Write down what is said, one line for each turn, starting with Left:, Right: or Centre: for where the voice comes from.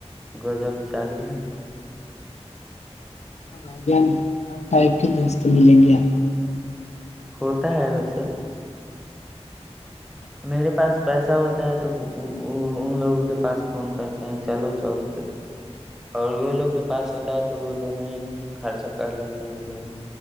Centre: گزب چالو ہے <inaudible>
Left: ہ بھان ہر ٹائپ کے دوست ملیں گے آپ کو <inaudible>
Centre: ہوتا ہے ویسے <inaudible> میرے پاس پیسہ ہوتا ہے تو ان لوگوں کے پاس فون کرتے ہیں چلو چوک پہ اور وہ ل <inaudible> وگ کے پاس ہوتا ہے تو وہ دونوں ہی خرچا کر لیتے ہیں ادھر ہی